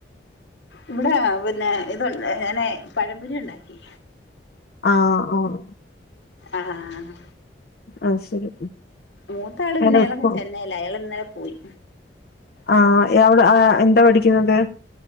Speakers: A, on the left; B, on the left.
A: ഇവിടെ പിന്നെ ഇത്ണ്ട് ഞാനെ പഴമ്പൊരി ഉണ്ടാക്കി
B: ആഹ് ആഹ്
A: ആഹ്
B: ആ ശരി
A: മൂത്താള് പിന്നെ
B: അല്ല
A: അയാളങ്
B: സ്കൂ
A: ചെന്നൈ ലാ അയാള് ഇന്നലെ പോയി
B: ആഹ് അവിടെ എന്താ പഠിക്കുന്നത്